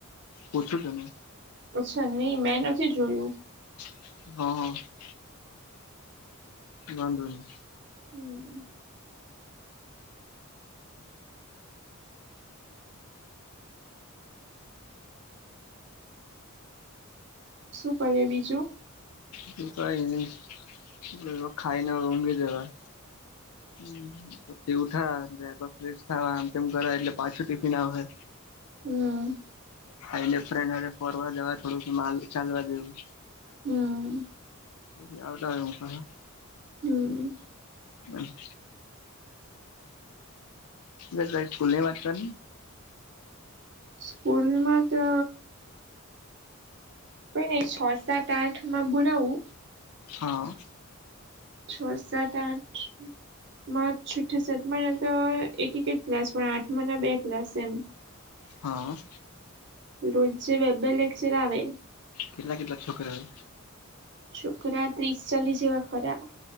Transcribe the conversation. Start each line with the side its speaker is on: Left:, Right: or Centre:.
Left: પૂછું કે નહી.
Right: અચ્છા નહી મેં નથી જોયું.
Left: હહ હહ વાંધો ની.
Right: હમ શું કરે બીજું?
Left: બીજું કાંઈ ની એટલે હવે ખાઈને હવે ઊંઘી જવા. હમ તે ઉઠા ને જરાક વાર ફ્રેશ થાવા આમ તેમ કરે એટલે પાછું ટીફિન આવ હે.
Right: હમ
Left: ખાઈને ફ્રેન્ડ હારે ફરવા જવા થોડુંક માલ ચાલવા જેવું.
Right: હમ
Left: બધી આવતા હોય હું કરવા.
Right: હમ
Left: હહ એટલે તારી સ્કૂલની વાત કરને.
Right: સ્કૂલમાં તો. કાઈ નહી છ, સાત, આઠમાં ભણાવુ.
Left: હા
Right: છ, સાત, આઠ હમ માં છઠ્ઠા સાતમાં ના તો એક એક જ ક્લાસ પણ આઠમાં ના બે ક્લાસ એમ.
Left: હહ
Right: રોજે બે બે લેક્ચર આવે.
Left: કેટલા કેટલા છોકરા હોય?
Right: છોકરા ત્રીસ ચાલીસ જેવા ખરા.